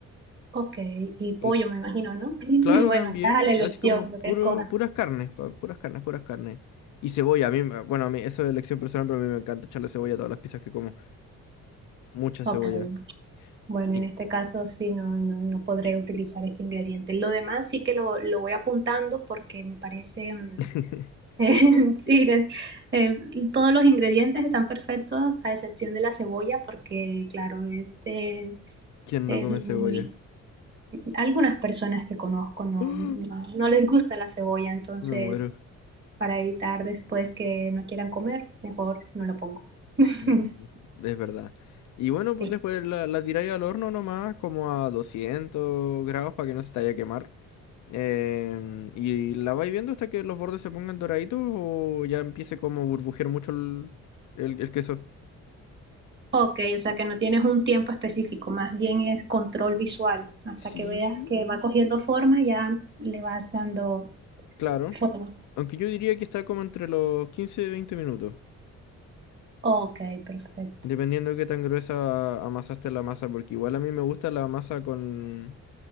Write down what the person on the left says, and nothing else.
Y
claro,
también,
así como
puro,
puras carnes, pa- puras carnes, puras carnes. Y cebolla, a mí, me- bueno, a mí eso es elección personal, pero a mí me encanta echarle cebolla a todas las pizzas que como. Mucha
cebolla.
Y...
<laughs>
¿Quién
no come cebolla?
<gasps>
Me muero.
Sí, es verdad. Y bueno, pues
después la, la tiráis al horno nomás, como a 200 grados para que no se te vaya a quemar. Em, y la vais viendo hasta que los bordes se pongan doraditos o ya empiece como a burbujear mucho el, el- el queso.
Sí,
claro.
Aunque yo diría que está como entre los 15 y 20 minutos,
dependiendo de qué tan gruesa amasaste la masa, porque igual a mí me gusta la masa con